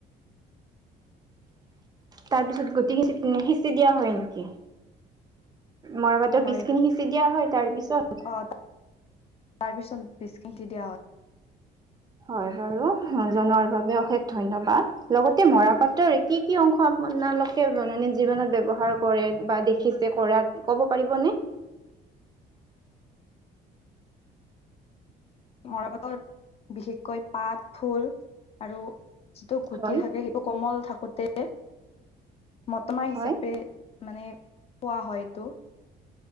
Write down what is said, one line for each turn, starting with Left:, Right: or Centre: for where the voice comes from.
Right: তাৰ পিছত গুটি খিনি সিচি দিয়া হয় নিকি? মৰাবাটৰ
Left: হয়
Right: বিজখিনি সিচি দিয়া হয় তাৰ পিছত।
Left: অ তাৰ পিছত বীজ খিনি দি দিয়া হয়।
Right: হয় বাৰু জনোৱাৰ বাবে অশেষ ধন্যবাদ, লগতে মৰা পাতটো কি - কি অংশ মালালুকে জেনেৰেলি যিৱনত ব্যৱহাৰ কৰে বা দেখিছে টো কৰাত ক'ব পাৰিবনে।
Left: মৰাপাটতত বিশেষকৈ পাত, ফুল আৰু যিটো গুটি
Right: হয়
Left: থাকে সেইটো কমল থাকোতে মতমা
Right: হয়
Left: হিচাপে মানে পোৱা হয় এইটো।